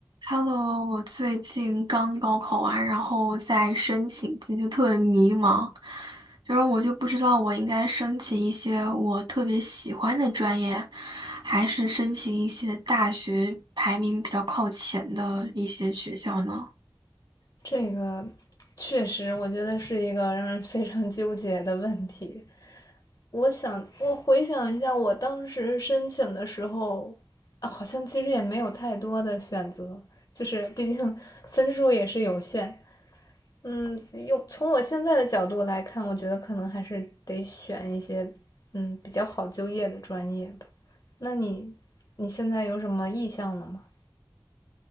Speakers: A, on the right (about 80°); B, on the left (about 55°).
A: Hello，我最近刚高考完，然后在申请季就特别迷茫，然后我就不知道我应该申请一些我特别喜欢的专业，还是申请一些大学排名比较靠前的一些学校呢？
B: 这个确实，我觉得是一个让人非常纠结的问题。我想，我回想一下，我当时申请的时候，啊好像其实也没有太多的选择，就是毕竟 <laughs> 分数也是有限。嗯，用从我现在的角度来看，我觉得可能还是得选一些嗯比较好就业的专业吧。那你你现在有什么意向了吗？